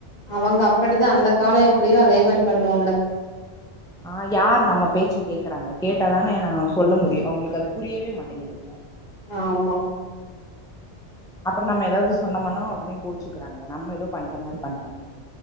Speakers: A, on the left (about 35°); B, in the centre.
A: அவங்க அப்டிதா அந்த கால எப்டியோ அத மாரி பண்ணுவாங்க
B: ஆஹ் யார் நம்ம பேச்சு கேக்குறாங்க கேட்டாதானே நா சொல்ல முடியு அவங்களுக்கு அது புரியவே மாட்டேங்குது
A: ஆமா
B: அப்புறோ நம்ம ஏதாவது சொன்னம்னோ உடனே கோச்சுக்கிறாங்க நம்ம ஏதோ பண்ற மாதிரி பண்றாங்க